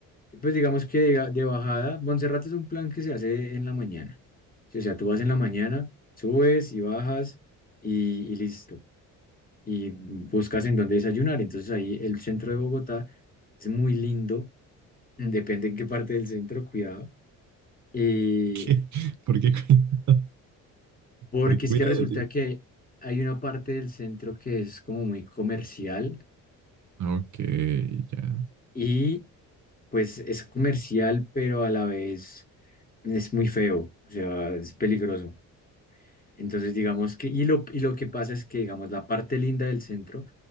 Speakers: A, on the left (about 20°); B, on the right (about 45°).
A: Pues digamos que de, de bajada, Monserrate es un plan que se hace en la mañana. Sí, O sea, tú vas en la mañana, subes y bajas y, y listo. Y buscas en dónde desayunar. Entonces ahí el centro de Bogotá es muy lindo, depende en qué parte del centro, cuidado. eh,
B: ¿por qué? <laughs> ¿Por qué cuidado?
A: porque
B: ¿Por qué cuidado,
A: es que resulta
B: tío?
A: que hay una parte del centro que es como muy comercial
B: Ok, ya.
A: Y pues es comercial, pero a la vez es muy feo, o sea, es peligroso. Entonces, digamos que, y lo, y lo que pasa es que, digamos, la parte linda del centro,